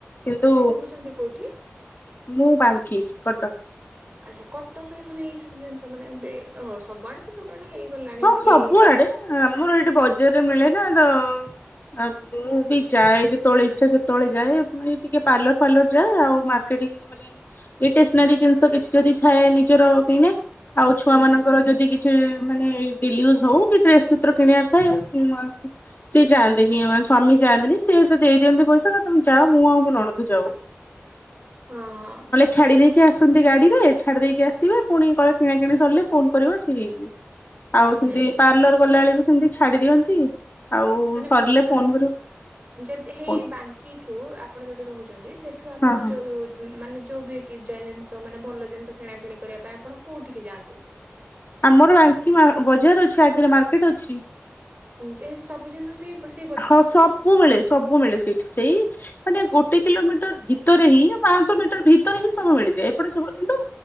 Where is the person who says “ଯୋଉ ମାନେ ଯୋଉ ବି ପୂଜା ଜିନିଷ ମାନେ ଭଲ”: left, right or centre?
Right